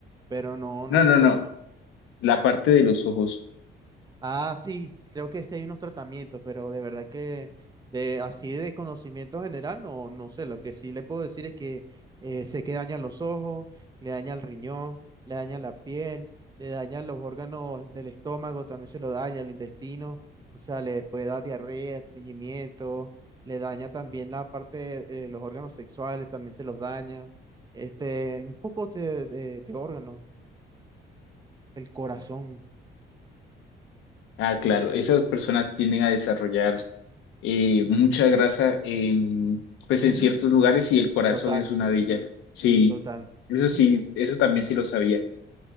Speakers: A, on the right; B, on the left.
A: pero no, no
B: No,
A: estoy
B: no,
A: seguro.
B: no. La parte de los ojos.
A: Ah, sí, creo que sí hay unos tratamientos, pero de verdad que de así de conocimiento general, no, no sé, lo que sí le puedo decir es que eh, sé que daña los ojos, le daña el riñón, le daña la piel, le daña los órganos del estómago, también se lo daña el intestino, o sea, le puede dar diarrea, estreñimiento, le daña también la parte de los órganos sexuales, también se los daña, este, un poco de, de, de órganos, el corazón,
B: Ah, claro. Esas personas tienden a desarrollar eh, mucha grasa en, pues en
A: ujú,
B: ciertos lugares y el corazón
A: total,
B: es una de ellas. Sí,
A: total.
B: eso
A: ujú.
B: sí, eso también sí lo sabía.